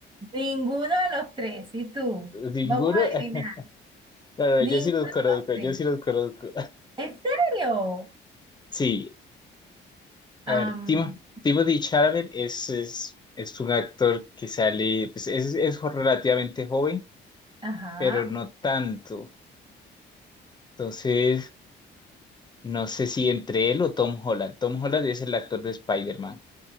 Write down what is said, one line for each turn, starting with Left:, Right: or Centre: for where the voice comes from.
Right: Ninguno de los tres, ¿y tú?
Left: ¿Ninguno?
Right: Vamos a
Left: <laughs>
Right: adivinar.
Left: No, no,
Right: Ninguno
Left: yo sí los
Right: de
Left: conozco,
Right: los tres.
Left: yo sí los conozco.
Right: ¿En serio?
Left: <laughs> Sí, A
Right: Am,
Left: ver, Timo, Timothy Chalamet es, es, es un actor que sale, pues es, es jo- relativamente joven,
Right: ajá.
Left: pero no tanto. Entonces, no sé si entre él o Tom Holland. Tom Holland es el actor de Spider-Man.